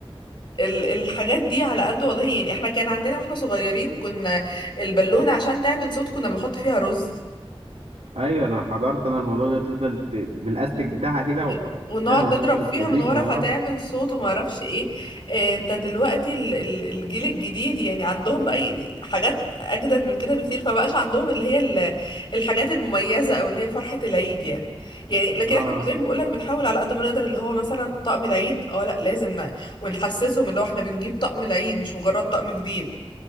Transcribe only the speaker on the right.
ايوه انا حضرت انا الموضوع ده تفضل ت- بالاستيك بتاعها كده
وتعمل
صوت الفلازين
اه
اه